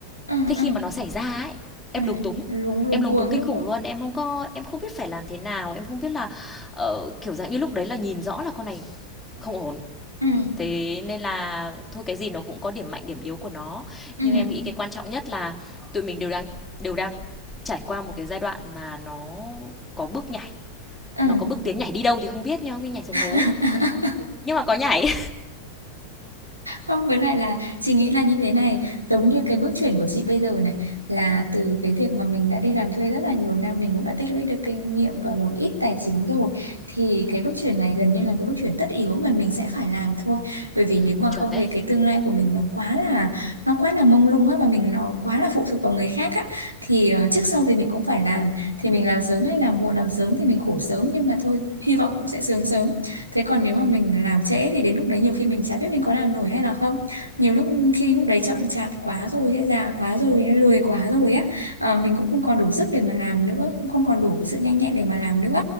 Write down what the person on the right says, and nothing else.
ừ,
ừ,
ừ,
ừ.
Luống luống
cuống
đúng
không?
Ừ. Ừ.
Ừ.
Ừ.
<laughs>
không với lại là chị nghĩ là như thế này giống như cái bước chuyển của chị bây giờ này là từ cái việc mà mình đã đi làm thuê rất là nhiều năm mình cũng đã tích lũy được kinh nghiệm và một ít tài chính rồi thì cái bước chuyển này gần như là cái bước chuyển tất yếu mà mình sẽ phải làm thôi
bởi vì
nếu mà
không
thì cái tương lai của mình nó quá là nó quá là mông lung á và mình nó quá là phụ thuộc vào người khác á thì ờ, trước
sau gì mình cũng phải làm thì mình làm sớm hay làm muộn làm sớm thì mình khổ sớm nhưng mà thôi hy vọng cũng sẽ sướng sớm thế còn nếu
mà mình làm trễ thì đến lúc đấy nhiều khi mình chả biết mình có làm nổi hay là không nhiều lúc khi lúc đấy chậm chạp quá rồi hay già quá rồi hay lười quá rồi á ờ, mình cũng không còn đủ sức để mà làm nữa cũng không còn đủ cái sự nhanh nhẹn để mà làm nữa